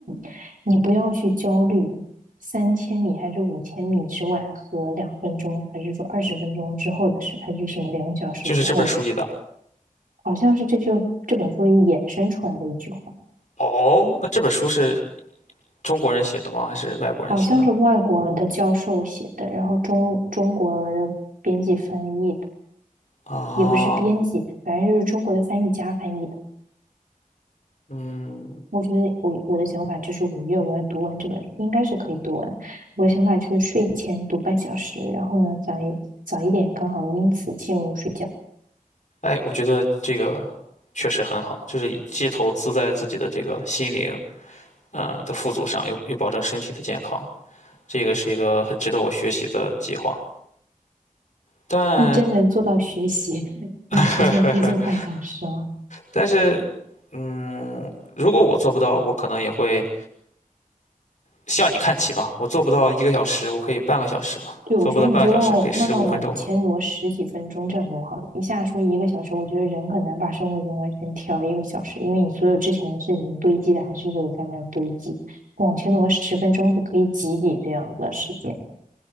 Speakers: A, on the right; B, on the left.
A: <clears throat> 你不要去焦虑三千米还是五千米之外和两分钟，还是说二十分钟之后的事，还是什么两小时之后的事，
B: 就是这本书里的。
A: 好像是这就这本书衍生出来的一句话，
B: 哦，那这本书是中国人写的吗？还是外国人写的？
A: 好像是外国的教授写的，然后中中国的编辑翻译的，
B: 啊，
A: 也不是编辑，反正就是中国的翻译家翻译的。
B: 嗯，
A: 我觉得我我的想法就是五月我要读完这本书应该是可以读完。我的想法就是睡前读半小时，然后呢早一早一点，刚好因此进入睡觉。
B: 哎，我觉得这个确实很好，就是既投资在自己的这个心灵，嗯，的富足上，又又保证身体的健康，这个是一个很值得我学习的计划。但
A: 你真能做到学习，嗯提前睡觉半小时吗？
B: <laughs> 但是，嗯，如果我做不到，我可能也会向你看齐嘛。我做不到一个小时，我可以半个小时嘛。
A: 对，
B: 做不到半个小时，
A: 我觉得你就往慢慢往前挪十几分钟，
B: 可以十五分钟嘛。
A: 这样挪好了。一下说一个小时，我觉得人很难把生物钟完全调一个小时，因为你所有之前的事情堆积的还是有在那儿堆积。往前挪十分钟是可以挤挤这样子的时间。